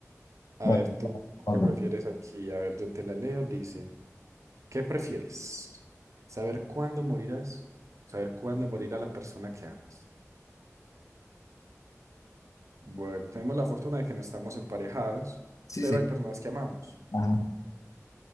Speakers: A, on the right; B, on the left.
A: A
B: Bueno,
A: ver, tú,
B: algo.
A: ¿qué prefieres aquí? A ver, yo te la leo. Dice, ¿qué prefieres? ¿Saber cuándo morirás? ¿Saber cuándo morirá la persona que amas? Bueno, tenemos la fortuna de que no estamos emparejados,
B: sí,
A: pero
B: sí.
A: hay personas que amamos.
B: Ajá.